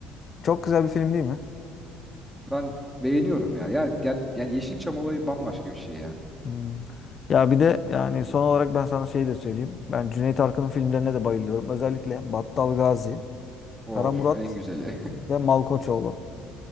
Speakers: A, on the left; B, in the centre.
A: Çok güzel bir film değil mi?
B: Ben beğeniyorum ya. Ya ger- yani Yeşilçam olayı bambaşka bir şey ya.
A: Hmm. Ya bir de yani son olarak ben sana şey de söyleyeyim. Ben Cüneyt Arkın'ın filmlerine de bayılıyorum. Özellikle Battal Gazi,
B: Of
A: Kara Murat
B: en güzeli.
A: ve Malkoçoğlu.